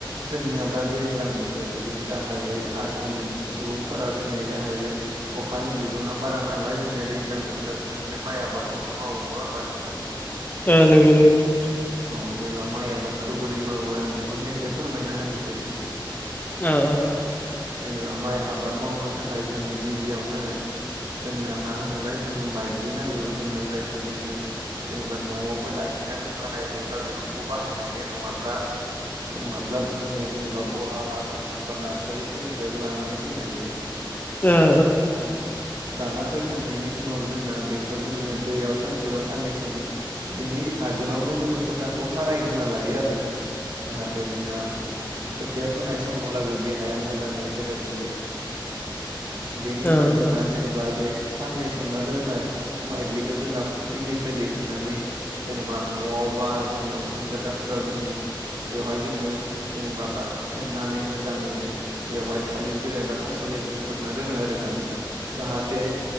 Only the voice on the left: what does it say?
ओ नंगौ नंगौ।
ओ ओ।
ओ ओ उम ओ
ओ उम
उम